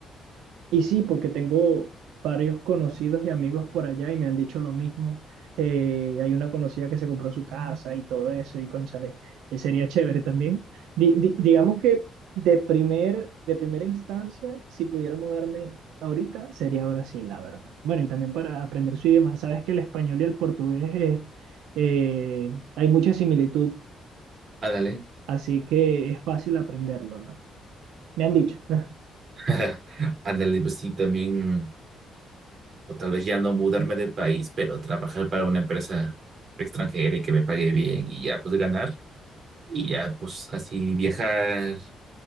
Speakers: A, on the right; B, on the right.
A: y sí, porque tengo varios conocidos y amigos por allá y me han dicho lo mismo. Eh, hay una conocida que se compró su casa y todo eso, y cónchale, eh, sería chévere también. Di- di- digamos que de primer, de primera instancia, si pudiera mudarme ahorita, sería Brasil, la verdad. Bueno, y también para aprender su idioma. Sabes que el español y el portugués eh, eh, hay mucha similitud,
B: ándale,
A: así que es fácil aprenderlo, ¿no? Me han dicho, <laughs>
B: <laughs> ándale, pues sí, también, o tal vez ya no mudarme de país, pero trabajar para una empresa extranjera y que me pague bien y ya pues ganar. Y ya, pues así viajar,